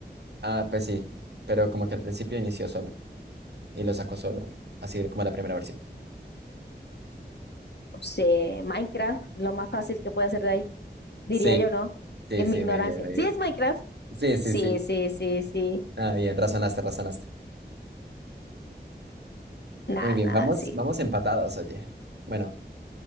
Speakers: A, on the right; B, on the left.
A: Ah, pues sí, pero como que al principio inició solo y lo sacó solo, así como la primera versión.
B: O sea, Minecraft, lo más fácil que puede hacer de ahí, diría
A: Sí,
B: yo, ¿no?
A: sí,
B: En
A: sí,
B: mi ignorancia.
A: muy bien, muy
B: ¿Sí
A: bien.
B: es Minecraft?
A: Sí, sí,
B: Sí,
A: sí.
B: sí, sí, sí.
A: Ah, bien, razonaste, razonaste.
B: Nada,
A: Muy bien,
B: nada,
A: vamos,
B: sí.
A: vamos empatados, oye. Bueno.